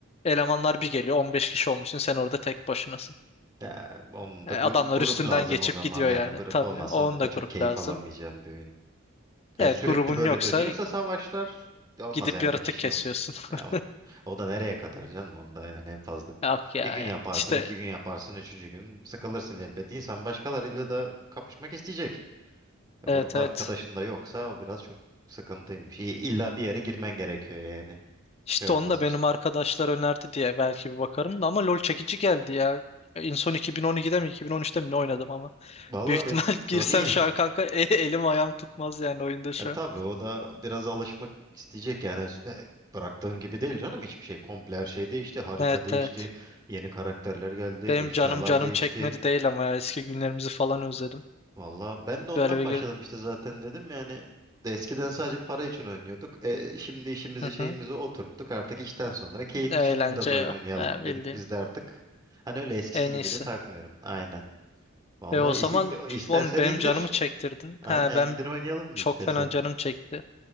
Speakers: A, on the left; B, on the right.
A: elemanlar bir geliyor. 15 kişi olmuşsun. Sen orada tek başınasın.
B: Ya, onun
A: E,
B: gu-
A: adamlar
B: grup
A: üstünden
B: lazım
A: geçip
B: o zaman.
A: gidiyor
B: Yani
A: yani.
B: grup
A: Tabii
B: olmasa
A: onun
B: onda
A: da
B: da çok
A: grup
B: keyif
A: lazım.
B: alamayacağım bir oyun. Ya,
A: Evet
B: sürekli
A: grubun
B: böyle
A: yoksa
B: dönüyorsa savaşlar olmaz
A: gidip
B: yani
A: yaratık
B: bir kişi
A: kesiyorsun.
B: olm- ya, o,
A: <laughs>
B: o da nereye kadar canım onda yani en fazla
A: Yok ya.
B: bir gün
A: ya.
B: yaparsın,
A: İşte
B: iki gün yaparsın, üçüncü gün sıkılırsın elbette. İnsan başkalarıyla da kapışmak isteyecek. Ya,
A: evet
B: grup arkadaşın
A: evet.
B: da yoksa o biraz çok sıkıntıymış. İ- İlla bir yere girmen gerekiyor yani
A: İşte
B: şey olması
A: onu da benim
B: için.
A: arkadaşlar önerdi diye belki bir bakarım da ama LoL çekici geldi ya. En son 2012'de mi 2013'te mi ne oynadım ama.
B: Vallahi
A: Büyük ihtimal
B: dediğim gibi
A: <laughs>
B: şu
A: girsem
B: an iyi.
A: şu an kanka e- elim ayağım tutmaz yani oyunda şu
B: E, tabii
A: an.
B: o da biraz alışmak isteyecek yani E, bıraktığın gibi değil canım hiçbir şey komple her şey değişti harita
A: Evet
B: değişti
A: evet.
B: yeni karakterler geldi
A: Benim
B: eşyalar
A: canım canım
B: değişti
A: çekmedi değil ama ya eski günlerimizi falan özledim.
B: valla ben de ondan
A: Böyle bir
B: başladım
A: göz...
B: işte zaten dedim yani eskiden sadece para için oynuyorduk e, şimdi işimizi
A: Hı
B: şeyimizi
A: hı.
B: oturttuk artık işten sonra keyif
A: Eğlence
B: için biraz oyun
A: ya.
B: oynayalım
A: Ha, bildiğin
B: dedik biz de artık hani öyle eskisi
A: en
B: gibi
A: iyisi.
B: de takmıyorum aynen valla
A: E o zaman
B: istersen
A: oğlum benim
B: indir
A: canımı çektirdin.
B: aynen
A: Ha ben
B: indir oynayalım mı
A: çok
B: istersen
A: fena canım çekti.